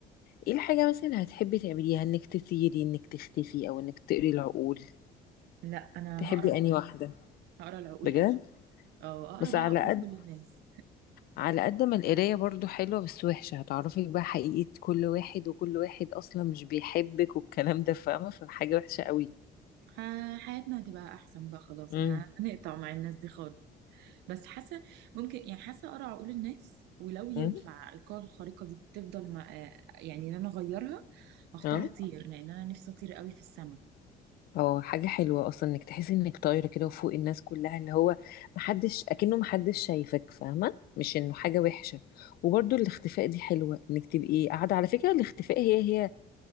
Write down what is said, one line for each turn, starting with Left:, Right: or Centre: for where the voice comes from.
Left: ايه الحاجة مثلا هتحبي تعمليها انك تطيري انك تختفي او انك تقري العقول
Right: لا انا
Left: تحبي
Right: هقرا العقول-
Left: انهي واحدة
Right: هقرا العقول
Left: بجد
Right: اكيد او اقرا
Left: بس
Right: بقى
Left: على
Right: عقول
Left: قد
Right: كل الناس
Left: على قد ما القراية برضو حلوة بس وحشة هتعرفي بقى حقيقة كل واحد وكل واحد أصلا مش بيحبك والكلام ده فاهمة فحاجة وحشة قوي
Right: ح- حياتنا هتبقى احسن بقى خلاص
Left: امم
Right: ه- <laughs> هنقطع مع الناس دي خالص بس حاسه ممكن يعني حاسه اقرا عقول الناس ولو ينفع
Left: امم
Right: القوة الخارقة دي تفضل مع آه، يعني ان انا اغيرها هختار
Left: اه
Right: اطير لان انا نفسي اطير قوي في السما
Left: هو حاجة حلوة أصلا إنك تحسي إنك طايرة كده وفوق الناس كلها اللي هو محدش أكنه محدش شايفك فاهمة مش إنه حاجة وحشة وبرضو الاختفاء دي حلوة إنك تبقي قاعدة على فكرة الاختفاء هي هي